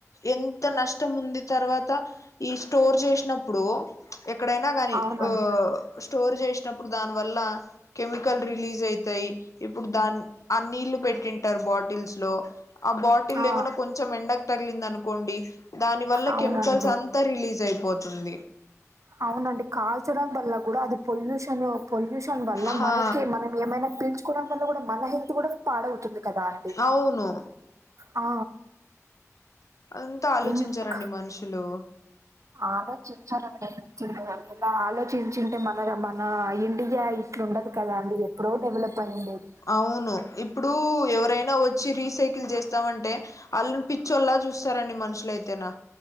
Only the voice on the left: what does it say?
ఎంత నష్టం ఉంది తర్వాత ఈ స్టోర్ చేసినప్పుడు ఎక్కడైనా కానీ
ఆ స్టోర్ చేసినప్పుడు దాని వల్ల కెమికల్ రిలీజ్ అయితయ్ ఇప్పుడు దాన్ని ఆ నీళ్లు పెట్టి ారు బాటిల్స్ లో ఆ బాటిల్
ఏమన్నా కొంచెం ఎండకు తగిలింది అనుకోండి దాని వల్ల
కెమికల్స్ అంతా రిలీజ్ అయిపోతుంది
హా
అవును
అంతా ఆలోచించారండి
మనుషులు
అవును ఇప్పుడు ఎవరైనా వచ్చి రీసైకిల్ చేస్తామంటే వాళ్ళని పిచ్చోల్లా చూస్తారండి మనుషులైతేనా